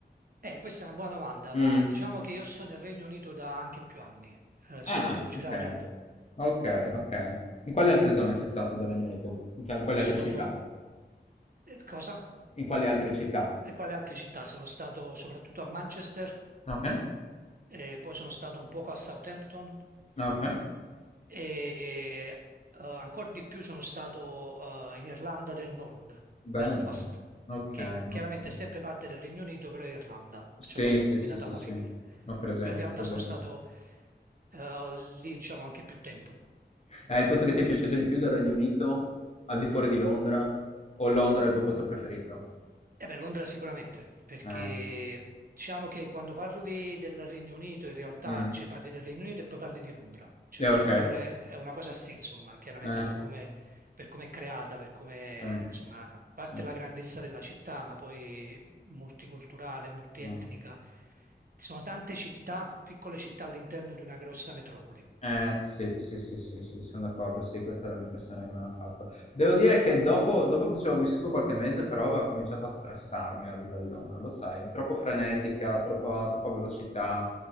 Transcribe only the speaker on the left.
Mm.
Ah,
ok.
Ok, ok. In quali altre zone sei stato del Regno Unito? In, che- in quali
altre città?
In quali altre città?
Ok.
Okay,
bello.
Okay,
ottimo.
Sì,
sì,
sì, sì,
sì.
Ho presente,
presente.
Eh, il posto che ti è piaciuto di più del Regno Unito, al di fuori di Londra? O Londra è il tuo posto preferito?
Eh,
mh.
Eh,
okay.
Eh,
sì.
Sì.
Mh.
Eh, sì, sì, sì, sì, sì, sono d'accordo, sì, questa era l'impressione che mi aveva fatto. Devo dire che dopo, dopo che ci ho vissuto qualche mese, però aveva cominciato a stressarmi la vita di Londra, lo sai, troppo frenetica, troppa, troppa velocità,